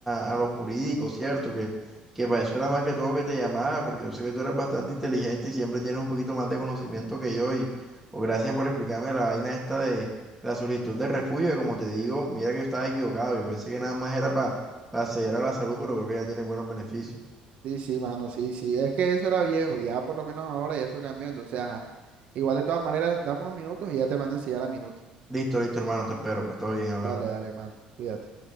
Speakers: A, in the centre; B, on the right.
A: a, a lo jurídico, ¿cierto? Que, que para eso era más que todo que te llamaba, porque yo sé que tú eres bastante inteligente y siempre tienes un poquito más de conocimiento que yo y, o gracias por explicarme la vaina esta de la solicitud de refugio, que como te digo, mira que yo estaba equivocado, yo pensé que nada más era para acceder a la salud, pero veo que ya tiene buenos beneficios.
B: Sí, sí, mano, sí, sí. Es que eso era viejo, ya por lo menos ahora ya eso cambió. Entonces, ajá. Igual de todas maneras, dame unos minutos y ya te mando a enseñar la minuta.
A: Listo, listo, hermano, te espero, pues todo bien, hablamos.
B: Dale, dale, mano. Cuídate.